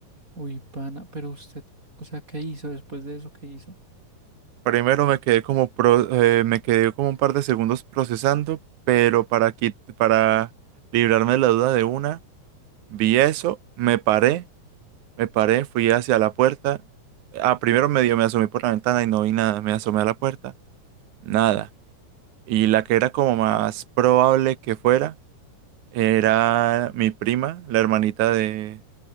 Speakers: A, on the right; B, on the right.
A: Uy, pana, pero usted, o sea, ¿qué hizo después de eso? ¿Qué hizo?
B: Primero me quedé como pro- eh, me quedé como un par de segundos procesando, pero para qui- para librarme de la duda de una, vi eso, me paré. Me paré, fui hacia la puerta. Ah, primero medio me asomé por la ventana y no vi nada. Me asomé a la puerta, nada. Y la que era como más probable que fuera era mi prima, la hermanita de